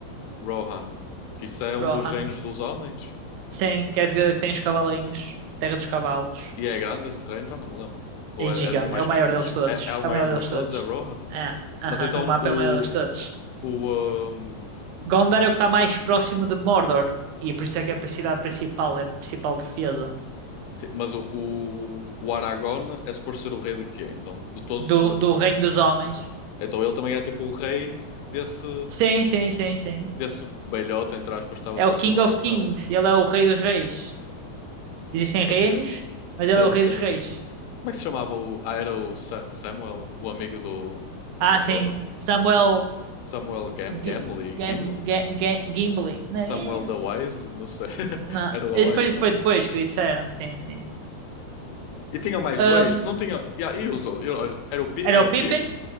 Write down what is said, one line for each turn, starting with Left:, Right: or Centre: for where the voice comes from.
Left: Rohan. Que isso é
Right: Rohan.
Left: um dos reinos dos homens?
Right: Sim, que é que tem os cavalinhos. A Terra dos Cavalos.
Left: E é grande esse reino? Já não me lembro. Ou
Right: É
Left: é,
Right: gigante.
Left: é dos mais
Right: É o maior
Left: pequenos?
Right: deles todos.
Left: É, é o
Right: É
Left: maior
Right: o maior
Left: deles
Right: deles
Left: todos?
Right: todos.
Left: É Rohan?
Right: É, aham,
Left: Mas então
Right: no mapa
Left: o.
Right: é o maior deles todos.
Left: o hum,
Right: Gondor é o que está mais próximo de Mordor. E é por isso é que é a cidade principal. É a principal defesa
Left: sim, mas o, o, o Aragorn é suposto ser o rei de quê, então? De todos
Right: do,
Left: os.
Right: do Reino dos Homens.
Left: Então ele também é tipo o rei desse.
Right: Sim, sim, sim, sim.
Left: Desse belhota, entre aspas, estava
Right: É
Left: só
Right: o
Left: sobre
Right: King
Left: um
Right: of
Left: spell.
Right: Kings. Ele é o Rei dos Reis. Existem
Left: Ok.
Right: reinos, mas
Left: Sim,
Right: ele é o Rei
Left: sim.
Right: dos Reis.
Left: Como é que se chamava o. Ah, era o Sa- Samuel, o amigo do,
Right: Ah,
Left: do Frodo?
Right: sim. Samuel
Left: Samuel Gam Gamley?
Right: G Gam
Left: Gimli?
Right: Ga- Ga- Gimli. Não,
Left: Samuel
Right: é?
Left: da Wise? Não sei. <laughs>
Right: Não.
Left: Era da
Right: Esse
Left: Wise,
Right: foi,
Left: não
Right: foi
Left: é?
Right: depois que disseram, sim, sim.
Left: E tinha mais
Right: Ahm,
Left: dois? Não tinha. E, ah, e os outros? Eu- olha, Era o, Pi-
Right: era
Left: era
Right: o
Left: o Pipo?
Right: Pippin,